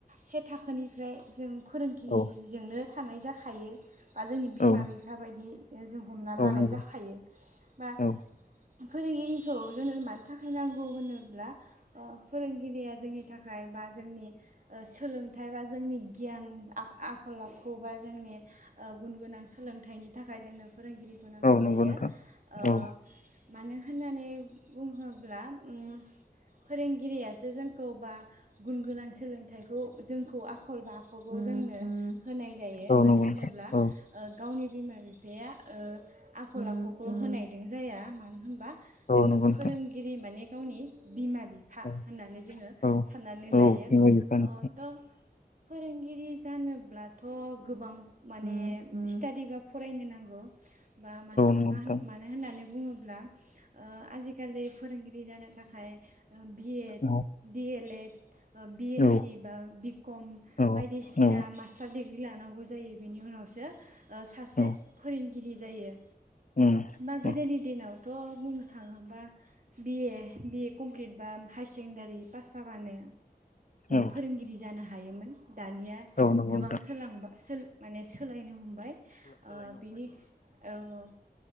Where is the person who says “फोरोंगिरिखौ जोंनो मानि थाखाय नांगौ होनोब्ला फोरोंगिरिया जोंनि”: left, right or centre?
Right